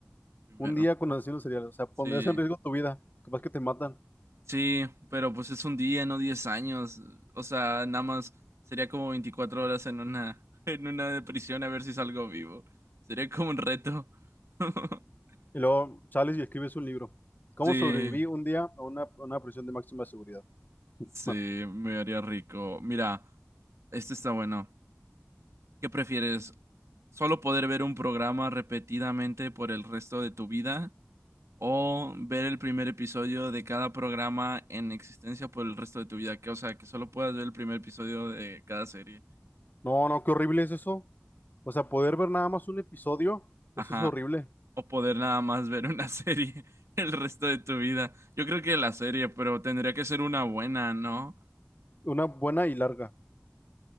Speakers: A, on the right; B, on the left.
A: primero.
B: Un día con asesinos seriales, o sea, pondrías
A: Sí,
B: en riesgo tu vida, capaz que te matan.
A: Sí, pero pues es un día, no 10 años. O sea, nada más sería como 24 horas en una, <laughs> en una de prisión a ver si salgo vivo. Sería como un reto. <laughs>
B: Y luego sales y escribes un libro. ¿Cómo
A: Sí,
B: sobreviví un día a una, a una prisión de máxima seguridad?
A: sí,
B: No,
A: me haría rico. Mira, este está bueno. ¿Qué prefieres? ¿Solo poder ver un programa repetidamente por el resto de tu vida o ver el primer episodio de cada programa en existencia por el resto de tu vida? Que, o sea, que solo puedas ver el primer episodio de cada serie.
B: no, no, qué horrible es eso. O sea, poder ver nada más un episodio, eso
A: Ajá.
B: es horrible.
A: O poder nada más ver una <laughs> serie el resto de tu vida. Yo creo que la serie, pero tendría que ser una buena, ¿no?
B: Una buena y larga.